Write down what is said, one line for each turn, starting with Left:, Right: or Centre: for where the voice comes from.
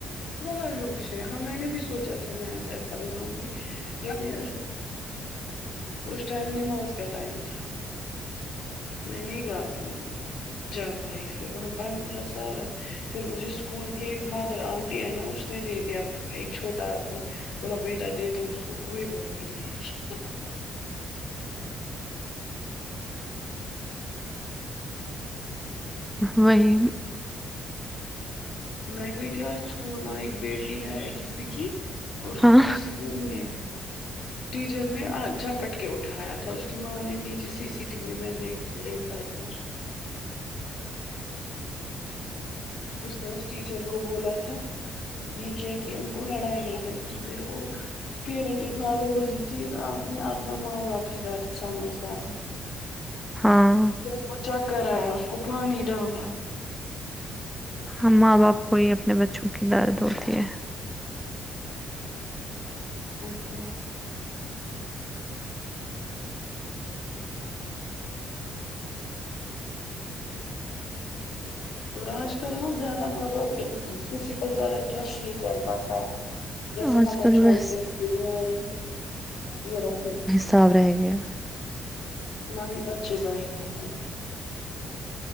Left: وہ للےلوسے ہاں میں نے بھی سوچا تھا میں آج ایپل لاؤں گی لیکن اس ٹائم نماز کا ٹائم تھا میں نہیں گا جا پائی پھر وہاں بند تھا سارا پھر مجھے اسکول کی ایک مدر آنٹی ہے نا اس نے دے دیا ایک چھوٹا تک مولا بیٹا دے دو اس کو کوئی گھن نہیں ہے
Centre: وہی
Left: میں گئی تھی آج سکول وہاں ایک بیٹی ہے کسی کی اس کو
Centre: ہاں
Left: کسی نہیں ہے ٹیچر نے جھپٹ کے اٹھایا تھا اس کی ماں نے نیچے سی سی ٹی وی میں دیکھ دیکھا تھا <unintelligible> ٹیچر کو بولا تھا یہ کیا کیا ان کو لڑائی ہو گئی تھی پھر وہ پیرنٹ اتنا رو رہی تھی اپنا ماں باپ ہی درد سمجھتا ہے
Centre: ہاں
Left: پھر اس کو چکر ایا اس کو پانی ڈالا
Centre: ہاں ماں باپ کو ہی اپنے بچوں کی درد ہوتی ہے
Left: اور کیا مم اور آج کل نا زیادہ ماں باپ کسی پر زیادہ ٹرسٹ نہیں کر پاتا ہے
Centre: ہے
Left: جیسے
Centre: آج
Left: ہمیں
Centre: کل
Left: چھوڑ
Centre: بس
Left: کے چ مورکھ میں <unintelligible>
Centre: صاف رہ گیا
Left: باقی بچے بیٹھتے ہیں